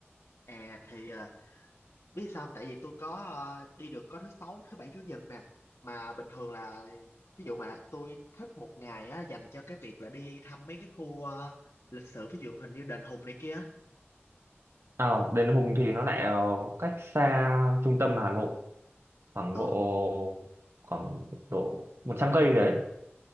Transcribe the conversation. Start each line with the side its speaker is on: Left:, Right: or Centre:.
Left: À thì à, biết sao không? tại vì tôi có ờ, đi được có thứ sáu thứ bảy chủ nhật nè mà bình thường là ví dụ mà tôi thích một ngày á dành cho cái việc là đi thăm mấy cái khu ờ, lịch sử ví dụ hình như đền Hùng này kia
Right: Ờ, Đền Hùng thì nó lại ờ, cách xa trung tâm Hà Nội khoảng
Left: ờ
Right: độ khoảng độ 100 cây đấy.